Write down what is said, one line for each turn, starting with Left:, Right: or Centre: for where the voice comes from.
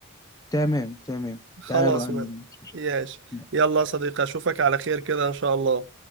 Left: تمام تمام
Right: خلاص
Left: تعالوا عندي
Right: بقى
Left: مش مشكلة
Right: ياش يلا يا صديقي اشوفك على خير كده ان شاء الله